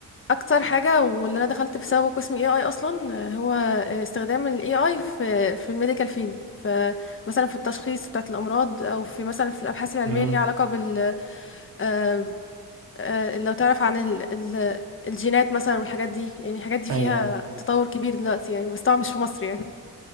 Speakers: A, on the left (about 40°); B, on the right (about 85°).
A: اكتر حاجه واللي انا دخلت بسببه قسم اي اي اصلا آه، هو استخدام الاي اي في في الميديكال فيلد فمثلا في التشخيص بتاعت الامراض او في مثلا في الابحاث العلميه
B: امم
A: اللي ليها علاقه بال آه، آه، لو تعرف عن ال ال- الجينات مثلا والحاجات دي يعني الحاجات دي
B: ايوه
A: فيها
B: ايوه
A: تطور كبير دلوقتي يعني بس طبعا مش في مصر يعني